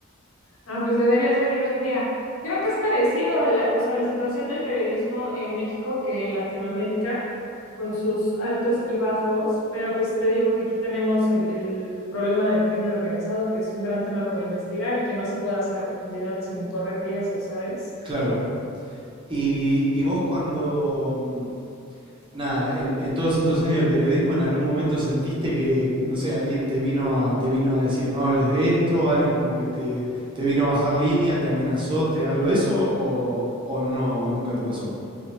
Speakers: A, on the left (about 70°); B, on the right (about 25°).
A: Ah, pues deberías venir un día. Creo que es parecido a la, o sea, la situación del periodismo en México que en Latinoamérica, con sus altos y bajos, pero pues te digo que aquí tenemos el, el problema del crimen organizado, que es un gran tema por investigar y que no se puede hacer a profundidad sin correr riesgo, ¿sabes?
B: Claro. ¿Y, y vos cuando, mm, Nada, en, en todos estos años de periodismo, ¿en algún momento sentiste que, que, no sé, alguien te vino a, te vino a decir no hables de esto, alguien como que te, te vino a bajar línea, te amenazó, te algo de eso, o, o no, nunca te pasó?